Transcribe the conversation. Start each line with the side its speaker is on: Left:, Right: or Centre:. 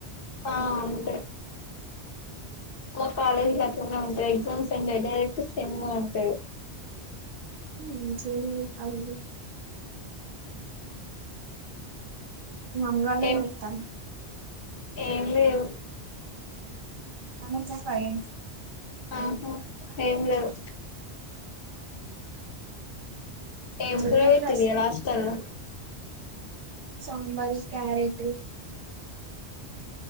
Left: ఆ అంతే మా కాలేజీ లో అట్లనే ఉంటాయిఎగ్జామ్సేలే డైరెక్ట్ సెమ్ అంటరు
Right: ఏం చేయాలి అడుగు మమ్ గాలెతీత్తంది
Left: ఏం ఏం లేవు
Right: చానాసెపాయె
Left: ఆహా ఏం లేవు ఏం
Right: జొన్న
Left: కూర
Right: ఎట్లా
Left: పెట్టి న్రు ఇయల హస్టల్‌లో
Right: సాంబారు క్యారెట్